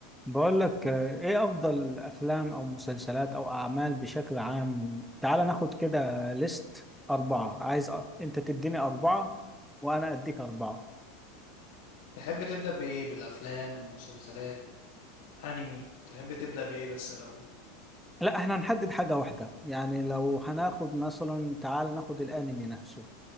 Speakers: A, in the centre; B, on the left.
A: بقول لك آه، ايه افضل افلام او مسلسلات او اعمال بشكل عام تعال ناخد كده ليست اربعة عايز أ... انت تديني اربعة وانا اديك اربعة
B: تحب تبدأ بإيه بالأفلام مسلسلات أنمي تحب تبدأ بإيه بس الأول
A: لا احنا هنحدد حاجة واحدة يعني لو هناخد مثلا تعال ناخد الانمي نفسه